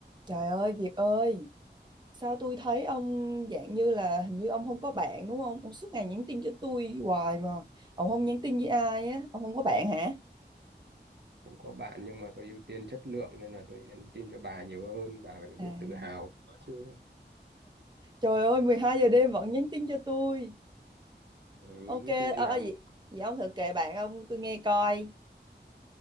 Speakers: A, on the right; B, on the right.
A: Trời ơi, Việt ơi, sao tôi thấy ông dạng như là hình như ông không có bạn đúng không? Ông suốt ngày nhắn tin cho tôi hoài mà. Ông không nhắn tin với ai á, ông không có bạn hả?
B: cũng có bạn nhưng mà tôi ưu tiên chất lượng nên là tôi nhắn tin cho bà nhiều hơn bà phải biết
A: À.
B: tự hào có chứ
A: Trời ơi, 12 giờ đêm vẫn nhắn tin cho tôi.
B: ừ,
A: Ok,
B: cái khi
A: ờ
B: nào
A: à, vậy,
B: mà
A: vậy ông thử kể bạn ông tôi nghe coi.